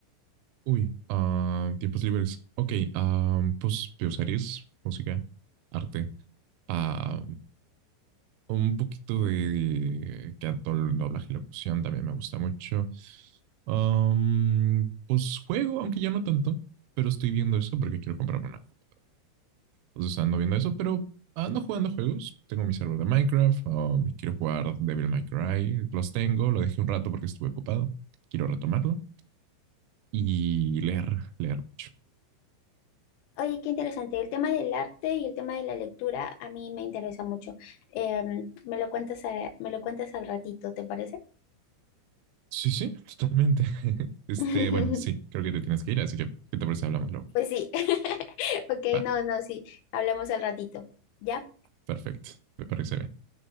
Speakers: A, on the right; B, on the left.
A: Uy, ah, tiempos libres. Ok, ah, pues veo series, música, arte. Ah, un poquito de canto, doblaje y locución también me gusta mucho. Am, pues juego, aunque ya no tanto, pero estoy viendo eso porque quiero comprarme una. compu. Entonces ando viendo eso, pero ando jugando juegos. Tengo mi server de Minecraft, um, quiero jugar Devil May Cry. Los tengo, lo dejé un rato porque estuve ocupado. Quiero retomarlo. y leer, leer mucho.
B: Oye, qué interesante. El tema del arte y el tema de la lectura a mí me interesa mucho. Em, me lo cuentas a- me lo cuentas al ratito, ¿te parece?
A: Sí, sí, totalmente. <laughs> Este,
B: <laughs>
A: bueno, sí, creo que te tienes que ir, así que, ¿qué te parece? Hablamos luego.
B: Pues sí. <laughs> Ok,
A: Va,
B: no, no, sí. Hablamos al ratito. ¿Ya?
A: perfecto, me parece bien.